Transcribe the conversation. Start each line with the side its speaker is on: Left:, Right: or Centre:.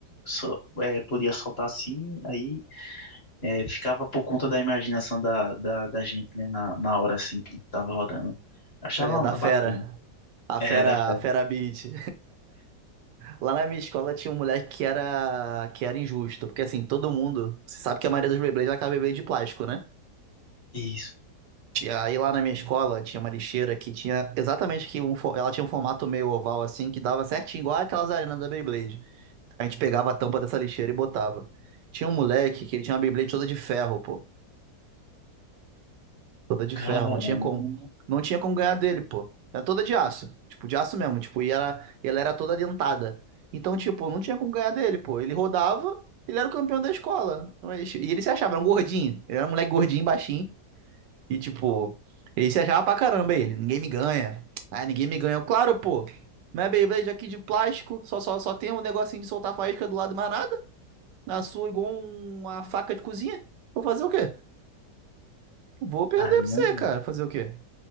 Left: só, é, podia soltar assim, aí eh, ficava por conta da imaginação da, da, da gente, né? Na, na hora assim que tava rodando. Achava
Right: É, da fera.
Left: bacana.
Right: A
Left: É,
Right: fera,
Left: da fé.
Right: a fera beat. <laughs> Lá na minha escola tinha um moleque que era, que era injusto, porque assim, todo mundo, você sabe que a maioria dos Beyblades é aquela Beyblade de plástico, né?
Left: Isso.
Right: Tinha- Aí lá na minha escola tinha uma lixeira que tinha exatamente que um, fo- ela tinha um formato meio oval assim que dava certinho, igual aquelas arenas da Beyblade. A gente pegava a tampa dessa lixeira e botava. Tinha um moleque que ele tinha uma Beyblade toda de ferro, pô. Toda de
Left: Caramba.
Right: ferro, não tinha como, não tinha como ganhar dele, pô. Era toda de aço, tipo de aço mesmo, tipo, e era, e ela era toda dentada. Então, tipo, não tinha como ganhar dele, pô. Ele rodava, ele era o campeão da escola. Mas- E ele se achava, era um gordinho. Ele era um moleque gordinho, baixinho. E tipo, ele se achava pra caramba ele. Ninguém me ganha. Ah, ninguém me ganha. Eu, Claro, pô. Minha Beyblade aqui de plástico, só, só, só tem um negocinho de soltar faísca do lado, mais nada. Na sua, igual um, uma faca de cozinha. Vou fazer o quê? Vou perder
Left: Aí, não.
Right: pra você, cara. Fazer o quê?